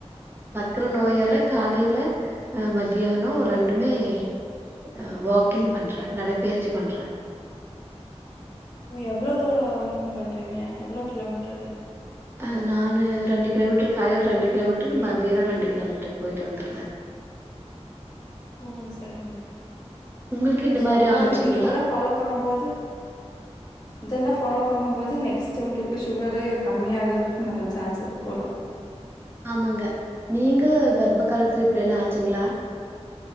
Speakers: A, on the right (about 20°); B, on the left (about 35°).
A: கர நோயால காலைல அஹ் மத்தியானோ ரண்டுமே ஹ வாக்கிங் பண்றே நடைபயிற்சி பண்றே
B: எவ்ளோ தூர வாக்கிங் பண்றீங்க எவ்ளோ கிலோமீட்டரு
A: ஆஹ் நானு ரண்டு கிலோமீட்ரு காலைல ரண்டு கிலோமீட்ரு மதியான ரண்டு கிலோமீட்டர் போயிட்டு வந்தற்ற
B: ஓ சரிங்க
A: உங்களுக்கு இந்த
B: சொன்ன
A: மாரி
B: மாதிரி
A: ஆச்சுங்களா
B: நீங்க இதல்லா ஃபாலோ பண்ணும்போது இதல்லா பாலோ பண்ணம்போது நெக்ஸ்ட்டு உங்குளுக்கு சுகரு கம்மியாகரதுக்கு நல்ல சான்ஸ் இருக்கு போல
A: ஆமாங்க நீங்க கர்ப்ப காலத்துல இப்டியெல்லா ஆச்சிங்ளா